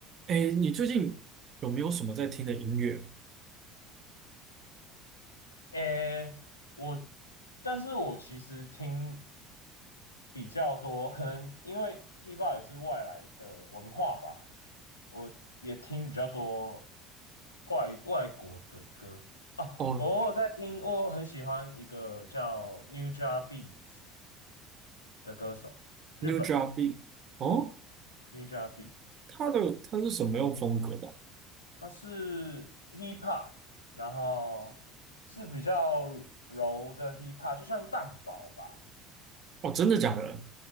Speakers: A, on the right; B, on the left.
A: 哎，你最近有没有什么在听的音乐啊？
B: 诶，我，但是我其实听比较多，可能因为 hiphop 也是外来的文化吧，我也听比较多怪外国的歌啊。
A: 哦
B: 我偶尔在听，我很喜欢一个叫 Newja Beats 的歌手，日本的
A: ，New Drop Beat，哦，
B: Newja Beats，
A: 他的他是什么样风格的啊
B: 他是 hiphop，然后是比较柔的 hiphop，就像蛋堡吧。
A: 哦，真的假的？